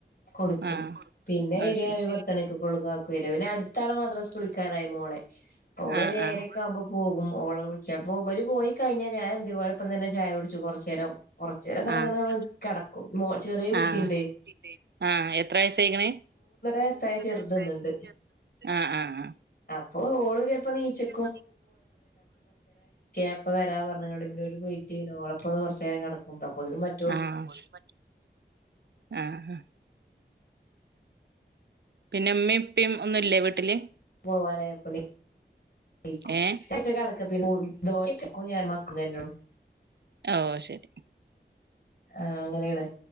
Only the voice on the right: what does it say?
ആഹ്
അത്
ശരി
ആഹ്
ആഹ്
ആഹ്
ആഹ് ആഹ് എത്ര വയസ്സയിക്കണ്.
മൂന്നര
വയസയി. ആ ആ ആ-
<inaudible> <unintelligible> <unintelligible>
ആഹ് <unintelligible> ആഹ് പിന്നെ ഇമ്മയും ഇപ്പയും ഒന്നും ഇല്ലേ വീട്ടില്-
ഏ
ആ ഓആ ശരി-